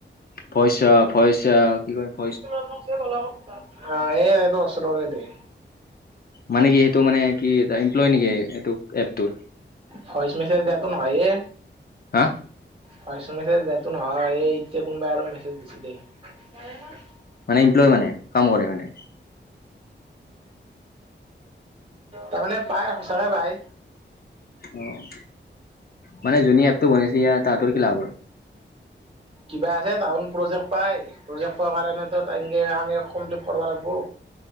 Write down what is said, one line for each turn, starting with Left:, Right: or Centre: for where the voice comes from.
Left: পইচা ফইচা কিবা ক
Right: আহ, এ, এইটো ওচৰৰে দে।
Left: মানে কি, সেইটো মানে, কি এটা এমপ্লয় নেকি এইটো এপটোৰ।
Right: ভইচ মেছেজ দিয়াটো নহয় এ।
Left: হা।
Right: ভইচ মেছেজ দিয়াটো নহয়। এই ইটতে কোনবাই আৰু মেছেজ দিছে দে। <unintelligible>
Left: মানে, ইমপ্লয় মানে, কাম কৰে মানে।
Right: তাৰমানে পায়, সঁচাকে পায়।
Left: অ', মানে যোনি এপটো বনাইছি, ইয়াত তাহাঁতৰ কি লাভ হয়?
Right: কিবা আছে, তাহোন প্ৰজেক্ট পায়, প্ৰজেক্ট প কাৰণেতো তেনকে আমি কমপ্লিট কৰবা লাগবো।